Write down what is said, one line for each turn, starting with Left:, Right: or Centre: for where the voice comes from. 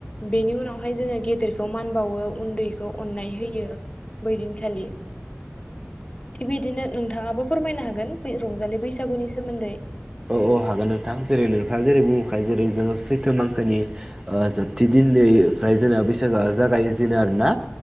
Left: बेनि उनावहाय जोङो गेदेरखौ मान बावो उन्दैखौ अननाय होयो बैदिनखालि थिग बिदिनो नोंथाङाबो फोरमायनो हागोन बे रंजालि बैसागुनि सोमोन्दै
Right: औ हागोन नोंथां जेरै नोंथाङा बुंबोखाय जेरै जोङो सैथो मांखोनि ओ जोबथि दिननि ओमफ्राय जोंना बैसागोआ जागायजेनो आरो ना